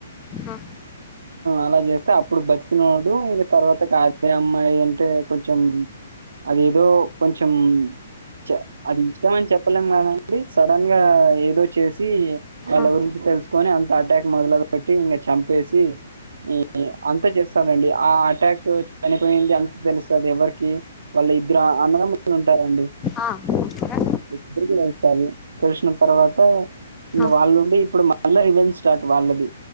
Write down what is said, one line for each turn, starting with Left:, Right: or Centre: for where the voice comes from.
Left: ఆ,
Right: అలా చేస్తే అప్పుడు బతికినోడు ఇంగ తర్వాతకి అదే అమ్మాయి అంటే కొంచెం అదేదో కొంచెం చ అది ఇష్టమని చెప్పలేం కదండి సడన్ గా ఏదో. చేసి వాళ్ళ
Left: ఆ,
Right: గురించి తెలుసుకొని అంత అటాక్ మొదలు పెట్టి ఇంగ చంపేసి, ఈ అంత చేస్తారండి ఆ అటాక్ చనిపోయింది అంత తెలుస్తది ఎవరికి వాళ్ళ ఇద్దరు అన్నదమ్ములు ఉంటారండి.
Left: ఆ హా
Right: ఇద్దరికి నచ్చాలి తెలిసిన తర్వాత ఇంక
Left: ఆ,
Right: వాళ్ళుండి ఇప్పుడు మల్లా రివెంజ్ స్టార్ట్ వాళ్ళది